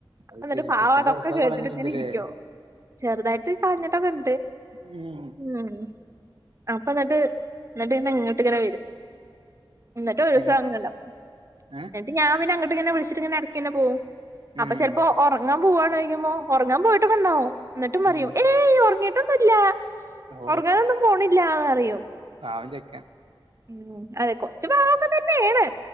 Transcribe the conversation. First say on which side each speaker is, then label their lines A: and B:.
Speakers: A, on the right; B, on the right.
A: അത്
B: എന്നിട്ട്
A: ശരി
B: പാവതൊക്കെ
A: ചെക്കന്റെ ഉറക്കൊക്കെ
B: കേട്ടിട്ട്ങ്ങനെ
A: കളഞ്ഞിട്ടുണ്ടല്ലേ
B: ഇരിക്കൊ ചെറുതായിട്ട് കരഞ്ഞ്ട്ടൊക്കെ ഇണ്ട്
A: ഉം
B: ഉം അപ്പൊ ന്നട്ട് ന്നട്ട് ഇങ്ങട്ട് ഇങ്ങനെ വരും ഇന്നിട്ട് ഒരൂസ
A: എങ്ങ
B: <unintelligible>
A: ഏ
B: ഇന്നിട്ട് ഞാൻ പിന്നെ അങ്ങോട്ടിങ്ങനെ വിൾച്ചിട്ട് ഇങ്ങനെ എട്ക്കിന്നെ പോവും
A: ഉം
B: അപ്പ ചെൽപ്പോ ഒർങ്ങാൻ പോവവാണോയ്ക്കുമ്പോ ഒർങ്ങാൻ പോയിട്ടൊക്കെണ്ടാവും ഇന്നിട്ടും പറിയും
A: ഉം
B: ഏ ഇല്ല
A: ഓ
B: ഒർങ്ങാനൊന്നും പോണില്ല അറിയോ
A: പാവം ചെക്കൻ
B: ഉം അതെ കൊർച്ചു പാവൊക്കെ തെന്നേണ്